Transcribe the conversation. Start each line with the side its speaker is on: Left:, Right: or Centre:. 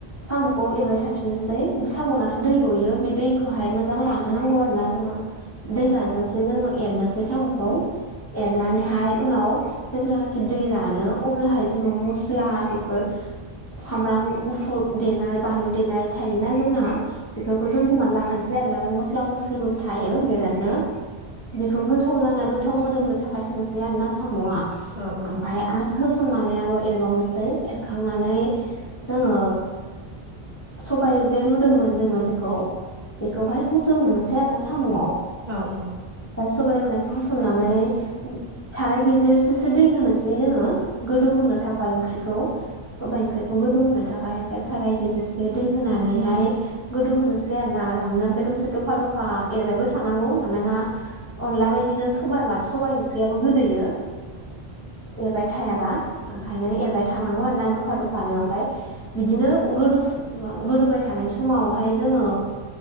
Left: साम'खौ एरबाय थाफिननोसै साम'नाथ' दै गयो बे दै खौहाय मोजां रानहोनांगौ आरो ना जोङो दै रानजासे जोङो एरनोसै साम'खौ। एरनानैहाय उनाव जेब्लानाखि दै रानो अब्लाहाय जोङो मस्ला बे फोर सामब्राम गुफुर देनाय बानलु देनाय थायोना? जोंना बेफोरखौ जों होननानै लाखानोसै आरो न मस्ला मस्लिबो थायो बिरादनो बेखौ गोथाव जानाय गोथाव मोदोमनो थाखाय होनोसै आरोना साम'आ।
Right: औ औ
Left: ओमफ्राय आ होसननानै आरो एरबावनोसै एरखांनानै जोङो सबाइ जे रुदोंमोन जोङो जेखौ बेखौहाय होस' हरनोसै आरो ना साम'आव।
Right: औ औ।
Left: सबाय रुनायखौ होसननानै साराय गेजेरसेसो दै होनोसै ज गोदौहो थाखाय ओंख्रिखौ सबाइ ओंख्रिखौ गोदौहोनो थाखाय ओमफाय साराय गेजेरसे दै होनानैहाय गोदौ होनोसै आरो ना आरामनो ओमफाय दसे दफा दफा फा एरबायबो थानांगौ मानोना अनला बायदिनो सबाइ मा सबाइ ओंख्रियाबो गोदोयो। एरबाय थायाबा ओंखायनो एरबाय थानांगौ आरो ना दफा दफानो ओमफ्राय बिदिनो गोदौ फु गोदौबाय थानाय समावहाय जोङो